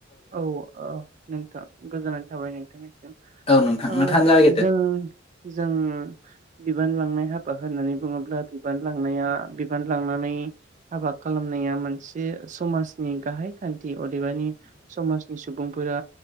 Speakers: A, on the right; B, on the left.
A: औ ओ नोंथां गोजोननाय थाबाय, नोंथां।
B: औ नोंथां
A: ओह
B: नोंथाङानो जागायग्रोदो
A: जों जों बिबान लांनाय हाब बा होननानै बुङोब्ला बिबान लांनाया। बिबान लांनानै हाबा खालामनाया मोनसे समाजनि गाहाय। खान्थि अदेबानि समाजनि सुबुंफोरा